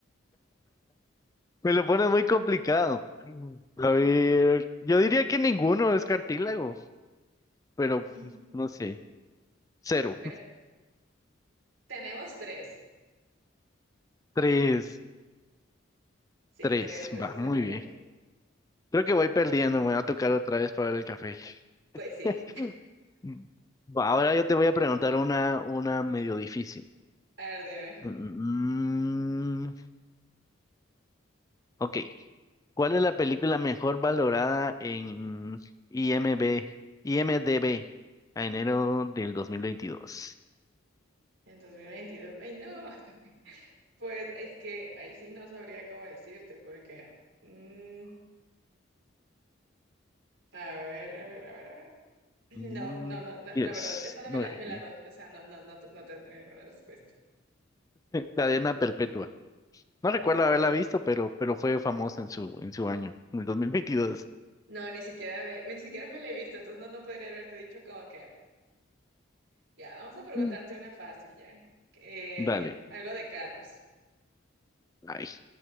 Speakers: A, on the left (about 15°); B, on the right (about 75°).
A: Me lo pones muy complicado. A ver, yo diría que ninguno es cartílago, pero
B: <clears throat>
A: no sé. Cero.
B: Bueno, tenemos tres.
A: Tres,
B: Sí,
A: tres.
B: tres huesos
A: Va, muy
B: en la oreja.
A: bien. Creo que voy perdiendo, me va a tocar otra vez para el café.
B: Pues
A: <laughs>
B: sí,
A: Mm. Va, Ahora yo te voy a preguntar una, una medio difícil.
B: a ver, dime.
A: Mm, ok, ¿cuál es la película mejor valorada en IMB, IMDb a enero del 2022?
B: En 2022. Ay, no. Pues es que ahí sí no sabría cómo decirte porque... mm, a ver, a ver, a ver, a ver. No,
A: Mm,
B: no, no, no,
A: yes,
B: la verdad, esa no
A: no,
B: me la,
A: eh,
B: me la doy. O sea, no, no, no, te- no tendré ninguna respuesta.
A: Cadena Perpetua. No recuerdo
B: Oh,
A: haberla visto, pero, pero fue famosa en su, en su año, en el 2022.
B: no, ni siquiera me, ni siquiera me la he visto, entonces no, no podría haberte dicho como que... Ya, vamos a preguntarte
A: Mm.
B: una fácil ya. Eh,
A: Dale,
B: algo de carros.
A: ahí